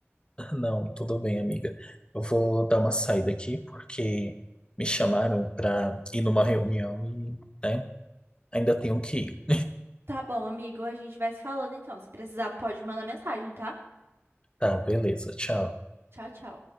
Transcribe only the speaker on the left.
<laughs> Não, tudo bem, amiga. Eu vou dar uma saída aqui porque me chamaram para ir numa reunião e, né, ainda tenho que ir.
Tá, beleza, tchau.